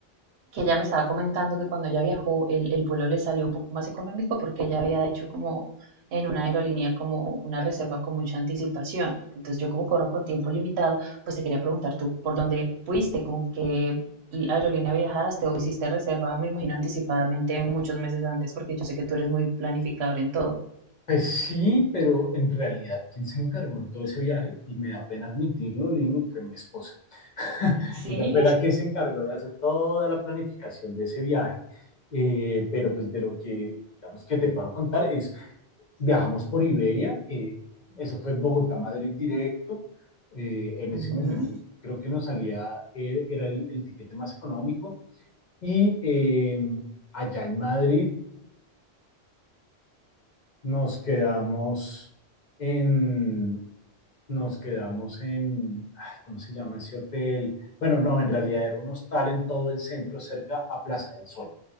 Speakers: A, on the right; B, on the left.
A: que ella me estaba comentando que cuando ella viajó el, el vuelo le salió un poco más económico porque ella había hecho como en una aerolínea como una reserva con mucha anticipación. Entonces yo como corro con tiempo limitado, pues te quería preguntar tú, ¿por dónde fuiste? ¿Con qué aerolínea viajaste o hiciste reserva? Me imagino anticipadamente muchos meses antes porque yo sé que tú eres muy planificador en todo.
B: Pues sí, pero en realidad, ¿quién se encargó de todo ese viaje? Y me da pena admitirlo, Lini, fue mi esposa. <laughs>
A: Sí.
B: Ella fue la que se encargó de hacer toda la planificación de ese viaje, eh, pero pues de lo que, digamos, que te puedo contar es, viajamos por Iberia, eh, eso fue Bogotá-Madrid directo, eh, en ese
A: Ujú,
B: momento creo que nos salía, eh, era el, el tiquete más económico, Y eh, allá en Madrid nos quedamos en, nos quedamos en, ay, ¿cómo se llama ese hotel? Bueno, no, en realidad era un hostal en todo el centro, cerca a Plaza del Sol,